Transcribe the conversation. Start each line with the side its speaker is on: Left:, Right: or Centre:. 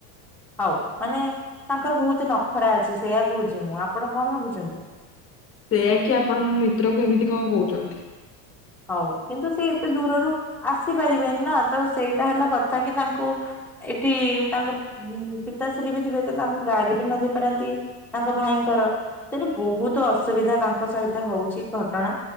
Centre: ହଉ ମାନେ। ତାଙ୍କର ବହୁତ ନଖରା ଅଛି ସେଇଆ କହୁଚି ମୁଁ ଆପଣ କଣ ଭାବୁଛନ୍ତି?
Left: ସେଇଆ କି ଆପଣ ମୋ ମିତ୍ର କୁ ଏମିତି କଣ କହୁଚନ୍ତି।
Centre: ହଉ କିନ୍ତୁ ସିଏ ଏତେ ଦୂରରୁ ଆସିପାରିବେନି ନା ତ ସେଇଟା ହେଲା କଥା କି ତାଙ୍କୁ ଏଠି ତାଙ୍କ ଉଁ ପିତାଶ୍ରୀ ବି ଥିବେ ତ ତାଙ୍କୁ ଗାଡି ବି ନ ଦେଇ ପାରନ୍ତି ତାଙ୍କ ଭାଇଙ୍କ ଙ୍କର ସେଟି ବହୁତ ଅସୁବିଧା ତାଙ୍କ ସହିତ ହଉଚି ଘଟଣା